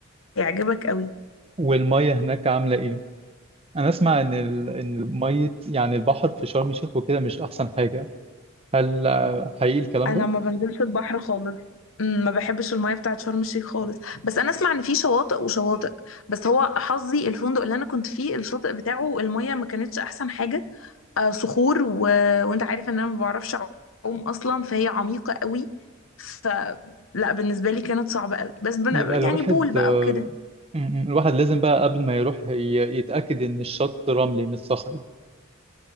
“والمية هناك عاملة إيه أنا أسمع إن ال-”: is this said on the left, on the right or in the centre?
Right